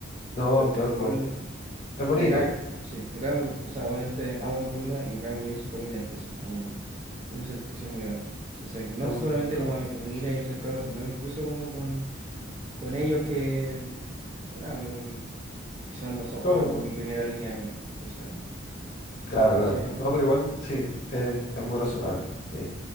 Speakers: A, on the left; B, on the right.
A: No,
B: pero como
A: claro,
B: que igual
A: pero es bonito.
B: me cae, sí, me cae muy, o sea, obviamente amo a mi polola y me cae muy bien su familia, entonces como que una satisfacción muy grande. Entonces, no
A: Es un...
B: solamente
A: Claro.
B: como a mi familia y a mis cercanos, sino incluso como con, con ellos que, que nada, que mm, quizás no son
A: Bueno,
B: como mi
A: bueno.
B: primera línea de mí. Entonces...
A: Claro,
B: Eso
A: claro.
B: sería un-
A: No, pero igual sí, eh, es muy razonable. Eh,